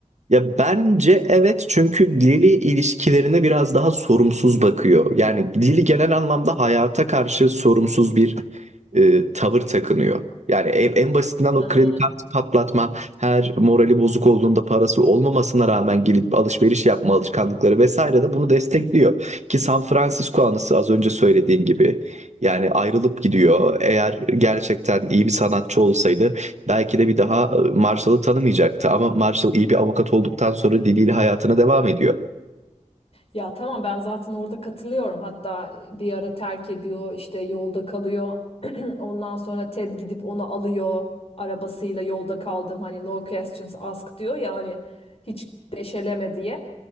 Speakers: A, on the right; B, on the left.
A: Ya bence evet çünkü Lily ilişkilerine biraz daha sorumsuz bakıyor. Yani Lily genel anlamda hayata karşı sorumsuz bir e, tavır takınıyor. Yani en, en basitinden o
B: Ee,
A: kredi kartı patlatma, her morali bozuk olduğunda parası olmamasına rağmen gelip alışveriş yapma alışkanlıkları vesaire de bunu destekliyor. Ki San Francisco anısı az önce söylediğin gibi. Yani ayrılıp gidiyor. Eğer gerçekten iyi bir sanatçı olsaydı Belki de bir daha e, Marshall'ı tanımayacaktı ama Marshall iyi bir avukat olduktan sonra diliyle hayatına devam ediyor.
B: Ya tamam ben zaten orada katılıyorum. Hatta bir ara terk ediyor, işte yolda kalıyor. <clears throat> Ondan sonra Ted gidip onu alıyor. Arabasıyla yolda kaldım hani no questions asked diyor ya hani hiç deşeleme diye.